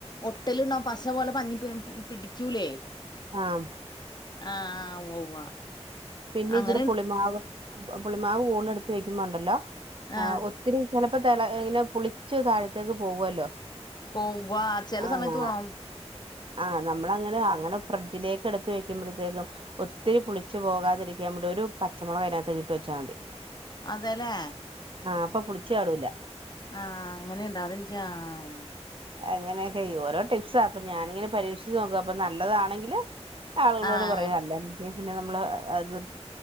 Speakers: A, on the left (about 40°); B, on the right (about 50°).
A: ഒട്ടല് ഉണ്ടാവും പസ പോലെ പഞ്ഞി പിടിക്കൂലേ
B: ആഹ്
A: ആഹ് ആഹ് ഉവ്വ ഉവ്വ
B: പിന്നെ
A: അങ്ങനെ
B: ഇച്ചിരി പുളിമാവ് പുളിമാവ് പൂണ് എടുത്ത് വെക്കുമ്പോ ഉണ്ടല്ലോ ആ
A: ആഹ്
B: ഒത്തിരി ചിലപ്പോ തല ഇങ്ങനെ പുളിച്ച് താഴത്തേക്ക് പോകുവല്ലോ
A: പോവ്വാ ചില
B: ആഹ്
A: സമയത്ത് പോണം
B: ആഹ് നമ്മള് അങ്ങനെ അങ്ങനെ ഫ്രിഡ്ജിലേക്ക് എടുത്ത് വെക്കുമ്പോഴത്തേക്കും ഒത്തിരി പുളിച്ച് പോകാതിരിക്കാൻ നടെ ഒരു പച്ചമുളക് അതിനകത്ത് ഇട്ട് വെച്ചാൽ മതി
A: അതെല്ലേ
B: ആഹ് അപ്പൊ പുളിച്ചാടൂല
A: ആഹ് അങ്ങനെ ഉണ്ടാവ അതെനിക്ക ആഹ്
B: അങ്ങനെയൊക്കെ ഓരോ ടിപ്സാ അപ്പൊ ഞാനിങ്ങനെ പരീക്ഷിച്ച് നോക്കു അപ്പൊ നല്ലതാണെങ്കില് ആളുകളോട്
A: ആഹ്
B: പറയും അല്ല പിന്നെ നമ്മള് അത്